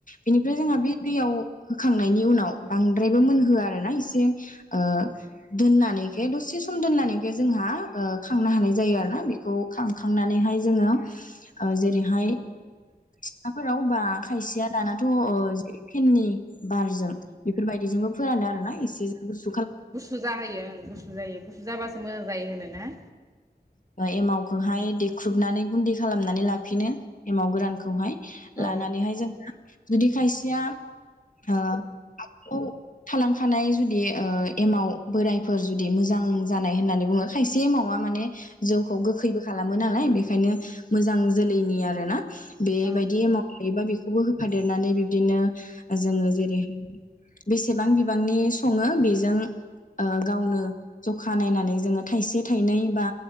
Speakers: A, on the left; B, on the right.
A: बेनिफ्राय जोंहा बे दैयाव होखांनायनि उनाव बांद्रायबो मोनहोआ आरोना एसे ओ दोननानैखे दसे सम दोननानैखे जोंहा ओ खांनो हानाय जायो आरोना बेखौ खांखांनानैहाय जोङो ओ जेरैहाय सिथ्लाफोराव बा खायसेया दानाथ' ओ फेननि बारजों बेफोरबायदिजोंबो फोरानो आरोना एसे गुस
B: गुसु जाहोयो ओं गुसु जायो गुसु जाबासो मोजां जायो होनोना?
A: एमावखौहाय देख्रुबनानै गुन्दै खालामनानै लाफिनो एमाव गोरानखौहाय
B: औ
A: लानानैहाय जोंहा जुदि खायसेया ओ आव थालांखानाय जुदि एमाव बोरायफोर जुदि मोजां जानाय होननानै बुङो खायसे एमावा माने जौखौ गोखैबो खालामो नालाय बेखायनो मोजां जोलैनि आरोना बेबायदि
B: औ
A: एमाउ थायोबा बेखौबो होफादेरनानै बिब्दिनो जोङो जेरै बेसेबां बिबांनि सङो बेजों गावनो जखा नायनानै जोङो थाइसे थाइनै बा